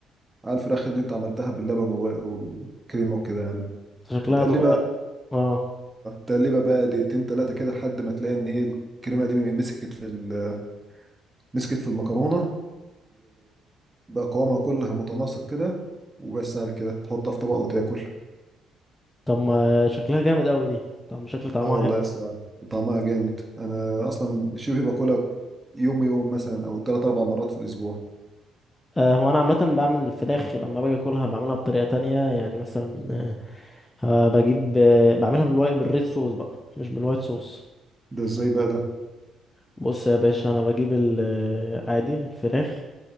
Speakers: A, on the right; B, on the left.
A: على الفراخ اللي انت عملتها باللبن و- والكريمة وكده يعني
B: شكلها
A: وتقلبها
B: تبقى اه
A: تقلبها بقى دقيقتين تلاتة كده لحد ما تلاقي ان ايه الكريمة دي مسكت في ال- مسكت في المكرونة بقى قوامها كلها متناسق كده وبس على كده تحطها في طبق وتاكل
B: طب ما شكلها جامد قوي دي طب ما شكل طعمها
A: اه والله
B: حلو
A: يا اسطى طعمها جامد انا اصلا شبه باكلها يوم يوم مثلا او ثلاث اربع مرات في الاسبوع
B: أه هو انا عامه بعمل الفراخ لما باجي اكلها بعملها بطريقه تانية يعني مثلا ها بجيب آه، بعملها بالوايت بالريد صوص بقى مش بالوايت صوص
A: ده ازاي بقى ده
B: بص يا باشا انا بجيب ال- آه، عادي الفراخ